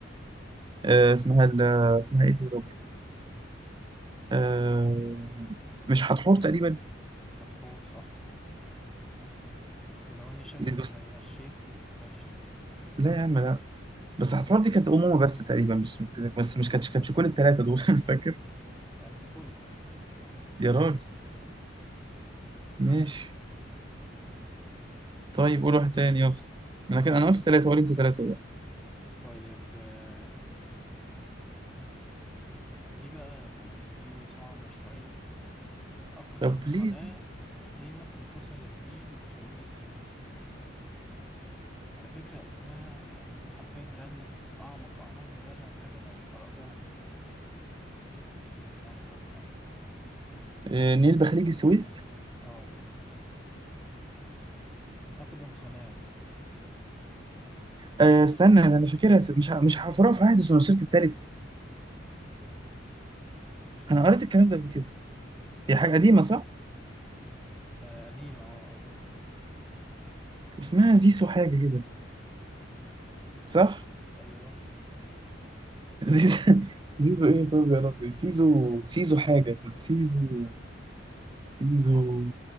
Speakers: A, on the right; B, in the centre.
A: آه، اسمها ال- اسمها ايه دي يا ربي آه، مش هتحور تقريبا
B: مدحور صح ولو إني شاكك
A: إيه بس
B: إنك غشيت بس ماشي
A: لا يا عم لا بس هتحور دي كانت امومه بس تقريبا بس بس مش كانتش كانتش كل الثلاثه دول <laughs> فاكر
B: يعني كله
A: يا راجل ماشي طيب قول واحد تاني يلا انا كده انا قلت ثلاثه قول انت ثلاثه بقى.
B: طيب آه، دي بقى يعني دي صعبة شوية أقدم
A: طب
B: قناة
A: ليه
B: أقيمت لتصل النيل بخليج السويس على فكرة اسمها يعني هو حرفيا رن في أعمق أعماق دماغي عن حاجة أنا قرأتها قبل كده أو ذكرناها أو حاجة
A: آه، نيل بخليج السويس
B: أه أقدم قناة
A: آه، استنى انا فاكرها س- مش ه- مش هحفرها في عهد سنوسرت التالت
B: أنا مش ع-
A: انا قريت الكلام ده قبل كده هي حاجه قديمه صح
B: آه، قديمة أه أوي
A: اسمها زيسو حاجه كده صح
B: أيوه
A: <laughs> زيزو زيزو ايه طب يا ربي سيزو سيزو حاجه سيزو سيزو